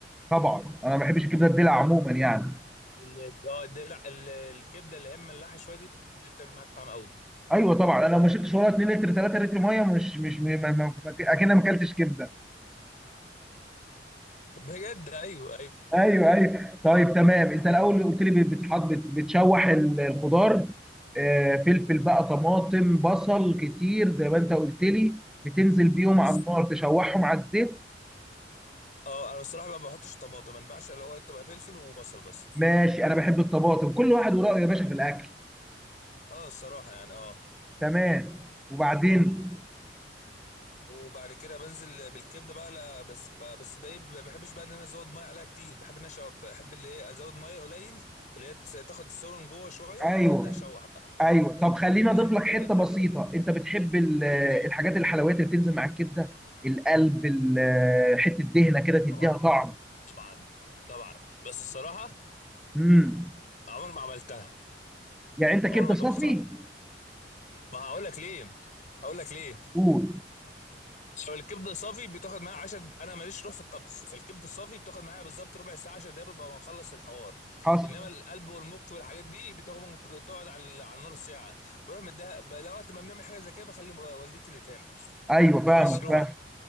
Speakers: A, in the centre; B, on the left.
A: طبعا انا ما بحبش الكبده الدلع عموما يعني
B: ال- اه الدلع- ال- الكبده اللي هي ملاحه شويه دي دي اللي بتعمل معاك طعم قوي
A: ايوه طبعا انا لو ما شربتش ولا 2 لتر 3 لتر ميه مش مش م- ما ما ما اكن ما اكلتش كبده
B: بجد ايوه ايوه
A: ايوه ايوه طيب تمام انت الاول قلت لي بتحط بت- بتشوح ال- الخضار آه، فلفل بقى طماطم بصل كتير زي ما انت قلت لي بتنزل بيهم
B: بس
A: على النار تشوحهم على الزيت
B: اه انا الصراحه بقى ما بحطش طماطم انا بعشق اللي هو تبقى فلفل وبصل بس
A: ماشي انا بحب الطماطم كل واحد ورايه يا باشا في الاكل
B: اه الصراحه يعني اه
A: تمام وبعدين
B: وبعد كده بنزل بالكبده بقى لا بس ب- بس بقى إيه، ما بحبش بقى ان انا ازود ميه عليها كتير بحب ان انا أشوح- بحب اللي هي ازود ميه قليل اللي هي تس- تاخد السوا من جوه شويه
A: ايوه
B: وبعد كده ابدا اشوح بقى
A: ايوه طب خليني
B: اللي
A: اضيف
B: هي تبدا
A: لك حته
B: تبدا
A: بسيطه انت بتحب ال-
B: ايه
A: الحاجات الحلويات اللي بتنزل مع الكبده القلب ال- حته دهنه كده تديها
B: طبعا
A: طعم
B: طبعا طبعا بس الصراحه
A: امم
B: عمر ما عملتها
A: يعني انت كبده
B: عمر ما
A: صافي
B: طبختها ما هقول لك ليه هقول لك ليه
A: قول
B: لو الكبده صافي بتاخد معايا 10 انا ماليش روح في الطبخ فالكبده الصافي بتاخد معايا بالظبط ربع ساعه 10 دقايق ببقى مخلص الحوار
A: حصل
B: انما القلب والمخ والحاجات دي بتاخد ممكن تقعد على على النار ساعه بروح مديها ب- لو وقت ما بنعمل حاجه زي كده بخلي م- والدتي اللي تعمل <laughs>
A: ايوه فاهمك
B: انا ماليش روح
A: فاهم